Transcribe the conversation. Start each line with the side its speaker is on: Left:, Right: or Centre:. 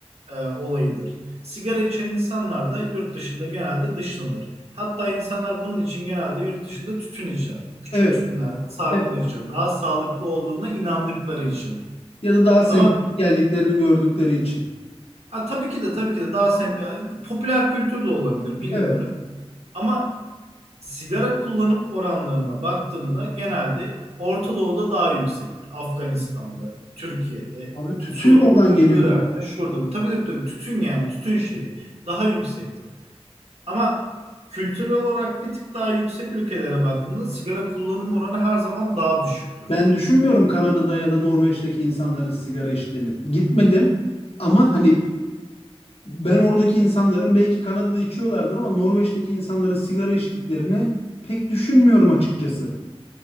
Right: e, olayıdır. Sigara içen insanlar da yurt dışında genelde dışlanır. Hatta insanlar bunun için genelde yurt dışında tütün içer. Küçük
Left: Evet.
Right: tütünler, sarmalar
Left: Evet.
Right: içer. Daha sağlıklı olduğuna inandıkları için.
Left: Ya da daha sempatik
Right: Ama
Left: geldiklerini gördükleri için.
Right: ha, tabii ki de tabii ki de daha sem yani popüler kültür de olabilir bilmiyorum.
Left: Evet.
Right: Ama sigara kullanım oranlarına baktığında genelde Orta Doğu'da daha yüksektir. Afganistan'da, Türkiye'de,
Left: Abi tütün
Right: Suriye'de,
Left: oradan geliyor
Right: Irak'ta,
Left: zaten.
Right: şurada. Tabii tabii tabii tütün yani tütün şeyi daha yüksektir. Ama kültürel olarak bir tık daha yüksek ülkelere baktığında sigara kullanım oranı her zaman daha düşüktür.
Left: Ben düşünmüyorum Kanada'da ya da Norveç'teki insanların sigara içtiğini. Gitmedim ama hani Ben oradaki insanların belki Kanada'da içiyorlardır ama Norveç'teki insanların sigara içtiklerini pek düşünmüyorum açıkçası.